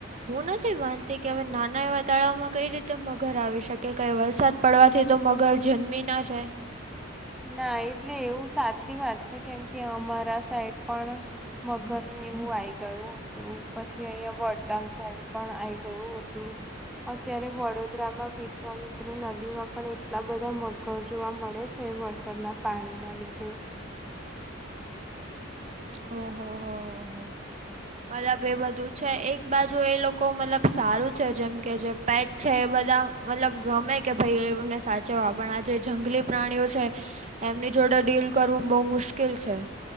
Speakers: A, on the right; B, in the centre.
A: હું નથી માનતી કે હવે નાના એવા તાળાવ માં કઈ રીતે મગર આવી શકે કઈ વરસાદ પડવાથી તો મગર જન્મી ના જાય?
B: ના એટલે એવું સાચી વાત છે કેમ કે અમારા સાઈડ પણ મગર ને એવું આઈ ગયું. તો પછી અહિયાં વડતાલ સાઈડ પણ આઈ ગયું હતું. અત્યારે વડોદરામાં વિશ્વામિત્રી નદી માં પણ એટલા બધા મગર જોવા મળે છ તે વરસાદના પાણીના લીધે
A: હો હો હો હો હો મતલબ એ બધું છે એક બાજુ એ લોકો મતલબ સારું છે જેમ કે જે પેટ છે એ બધા મતલબ ગમે કે ભઈ એમને સાચવવા પણ આ જે જંગલી પ્રાણીઓ છે. એમની જોડે ડીલ કરવું બોઉ મુશ્કેલ છે.